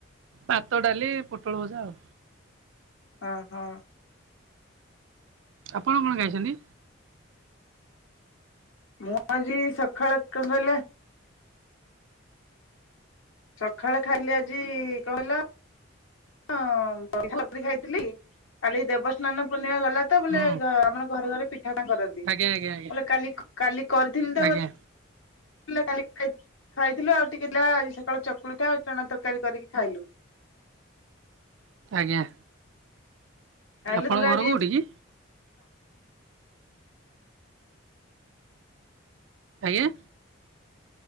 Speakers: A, on the right; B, on the left.
A: ଭାତ, ଡାଲି, ପୋଟଳ ଭଜା ଆଉ।
B: ଓହ।
A: ଆପଣ କଣ ଖାଇଛନ୍ତି?
B: ମୁଁ ଆଜି ସକାଳ ଏକା ବଲେ ସକାଳେ ଖାଇଲେ ଆଜି କଣ କହିଲ ହଁ, <unintelligible> ଖାଇଥିଲି କାଲି ଦେବସ୍ନାନ ପୂର୍ଣ୍ଣିମା ଗଲା ତ ବୋଲେ
A: ହୁଁ
B: ଆମର ଘରେ ଘରେ ପିଠାପଣା କରନ୍ତି। <unintelligible>
A: ଆଜ୍ଞା ଆଜ୍ଞା ଆଜ୍ଞା
B: କାଲି କାଲି କରିଥିଲି ତ
A: ଆଜ୍ଞା
B: କାଲି ଖାଇଥିଲୁ ଆଉ ଟିକେ ସକାଳୁ ଚକୁଳିଟା ଆଉ ଚଣା ତରକାରୀ କରିକି ଖାଇଲୁ।
A: ଆଜ୍ଞା।
B: ଖାଇଲୁ
A: ଆପଣଙ୍କ
B: ତାପରେ
A: ଘର
B: ଆଜି
A: କୋଉଠି କି? ଆଜ୍ଞା।